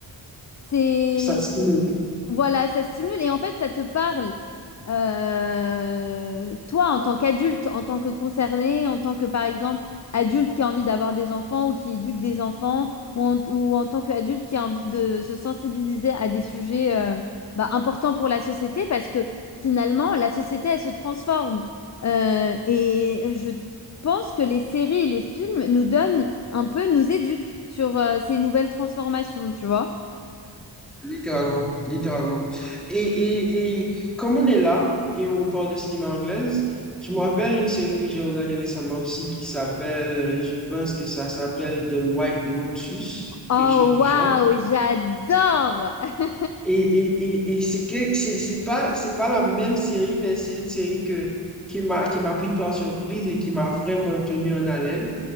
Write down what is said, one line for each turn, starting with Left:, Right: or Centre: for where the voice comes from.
Left: c'est
Centre: Ça te stimule,
Left: voilà, ça stimule et en fait, ça te parle. Euh, toi, en tant qu'adulte, en tant que concerné, en tant que, par exemple, adulte qui a envie d'avoir des enfants ou qui éduque des enfants, ou en, ou en tant qu'adulte qui a envie de se sensibiliser à des sujets euh, bah, importants pour la société, parce que finalement, la société, elle se transforme. Euh, et je pense que les séries et les films nous donnent un peu, nous éduquent sur euh, ces nouvelles transformations, tu vois.
Centre: littéralement, littéralement. Et, et, et comme on est là et on parle de cinéma anglaise, je me rappelle une série que j'ai regardée récemment aussi qui s'appelle, euh, je pense que ça s'appelle The White Lotus,
Left: Oh,
Centre: quelque chose du
Left: waouh,
Centre: genre.
Left: j'adore! <laughs>
Centre: Et, et, et, et c'est que c'est c'est pas, c'est pas la même série, mais c'est une série que, qui m'a, qui m'a pris par surprise et qui m'a vraiment tenu en haleine.